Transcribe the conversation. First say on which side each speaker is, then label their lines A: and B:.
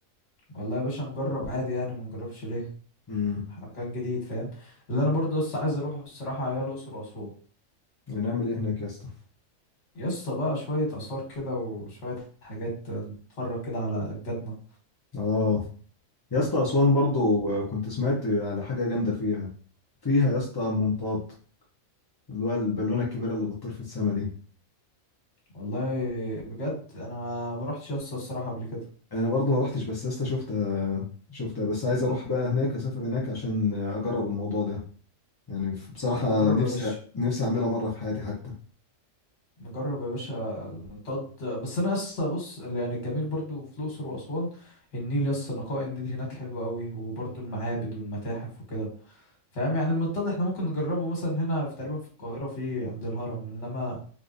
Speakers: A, on the left (about 65°); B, on the left (about 30°).
A: والله يا باشا نجرب عادي يعني ما نجربش ليه
B: امم
A: مكان جديد فاهم اللي انا برضو بس عايز اروحه الصراحة هي الاقصر واسوان
B: هنعمل ايه هناك يا اسطى
A: يسطا بقى شوية آثار كده وشوية حاجات نتفرج كده على أجدادنا
B: اه يا اسطى أسوان برضو آه، كنت سمعت على حاجة جامدة فيها فيها يا اسطى منطاد اللي هو البالونة الكبيرة اللي بتطير في السما دي
A: والله بجد أنا ما ما روحتش يسطا الصراحة قبل كده
B: انا برضو ما رحتش بس يا اسطى شفتها شفتها بس عايز اروح بقى هناك اسافر هناك عشان آه، اجرب الموضوع ده يعني بصراحة
A: نجرب
B: نفسي
A: يا باشا
B: نفسي اعملها مرة في حياتي حتى
A: نجرب يا باشا المنطاد بس أنا يسطا بص اللي يعني الجميل برضو في الأقصر وأسوان النيل يسطا نقاء النيل هناك حلو أوي وبرضو المعابد والمتاحف وكده فاهم يعني المنطاد احنا ممكن نجربه مثلا هنا في تقريبا في القاهرة في عند الهرم إنما